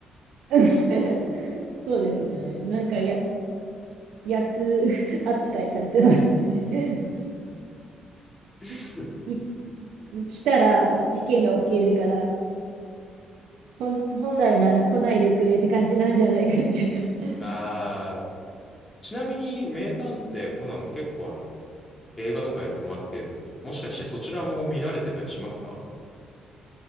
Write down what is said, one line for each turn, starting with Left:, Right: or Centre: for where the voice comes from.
Right: <laughs> そうですね。なんかや、<laughs> 役扱いされてますよね。
Left: <laughs>
Right: <laughs> 一来たら事件が起きるから、本本来なら来ないでくれって感じなんじゃないかっていうか <laughs>
Left: あー、ちなみに名探偵コナンも結構あの、映画とかやってますけれども、もしかしてそちらも見られてたりしますか